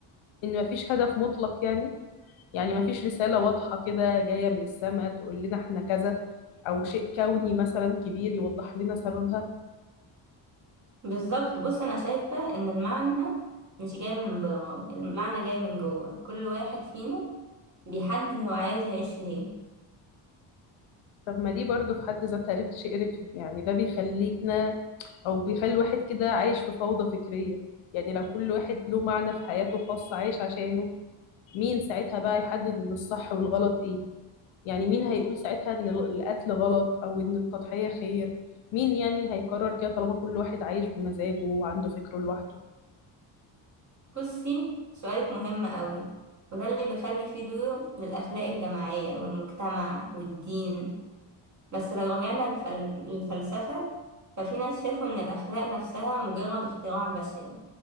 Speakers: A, on the left; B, on the right.
A: ان مفيش هدف مطلق يعني يعني مفيش رسالة واضحة كده جاية من السماء تقول لنا احنا كذا او شيء كوني مثلا كبير يوضح لنا سببها
B: بالظبط بص أنا شايفة إن المعنى مش جاي من بره المعنى جاي من جوه كل واحد فينا بيحدد هو عايز يعيش ليه
A: طب ما دي برضو في حد ذاتها رف- شيء رخم يعني ده بيخليكنا او بيخلي الواحد كده عايش في فوضى فكرية يعني لو كل واحد له معنى في حياته خاص عايش عشانه مين ساعتها بقى يحدد ان الصح والغلط ايه يعني مين هيقول ساعتها ان ال- القتل غلط او ان التضحية خير مين يعني هيقرر كده طالما كل واحد عايش بمزاجه وعنده فكره لوحده
B: بصي سؤالك مهم قوي وده اللي بيخلي فيه دور للأخلاق الجماعية والمجتمع والدين بس لو رجعنا للفل... للفلسفة ففي ناس شافوا إن الأخلاق نفسها مجرد اختراع بشري